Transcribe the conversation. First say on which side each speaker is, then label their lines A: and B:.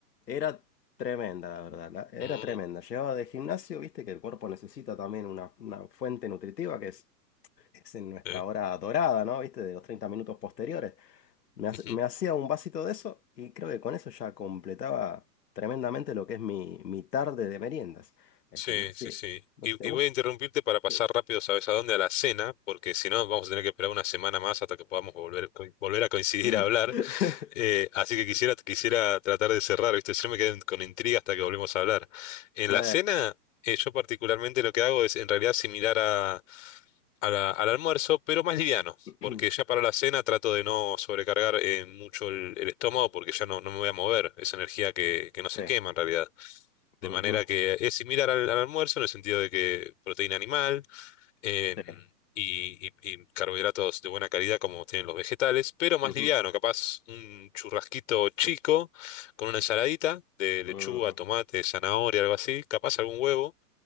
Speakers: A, on the left; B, on the left.
A: era tremenda, la verdad, la- era
B: Mm,
A: tremenda. Llevaba de gimnasio, viste que el cuerpo necesita también una, una fuente nutritiva que es es en nuestra
B: eh,
A: hora dorada, ¿no? ¿Viste? De los 30 minutos posteriores. Me, hace-
B: ujú.
A: me hacía un vasito de eso y creo que con eso ya completaba tremendamente lo que es mi, mi tarde de meriendas. Este,
B: Sí,
A: no sé si,
B: sí, sí.
A: no
B: Y,
A: sé si te gusta.
B: y voy a interrumpirte para pasar
A: Sí.
B: rápido, ¿sabes a dónde? A la cena, porque si no vamos a tener que esperar una semana más hasta que podamos volver, co- volver a coincidir
A: <laughs>
B: a hablar. Eh, así que quisiera, quisiera tratar de cerrar, ¿viste? Yo me quedé con intriga hasta que volvemos a hablar. En
A: Sí.
B: la cena, eh, yo particularmente lo que hago es en realidad similar a a la- al almuerzo, pero más liviano,
A: <clears throat>
B: porque ya para la cena trato de no sobrecargar eh, mucho el, el estómago porque ya no, no me voy a mover, es energía que, que no se
A: Sí.
B: quema en realidad. De
A: Ujú.
B: manera que es similar al, al almuerzo en el sentido de que proteína animal eh,
A: Sí.
B: y, y- y carbohidratos de buena calidad como tienen los vegetales, pero más
A: Ujú.
B: liviano, capaz un churrasquito chico con una ensaladita de lechuga,
A: Ujú.
B: tomate, zanahoria, algo así, capaz algún huevo.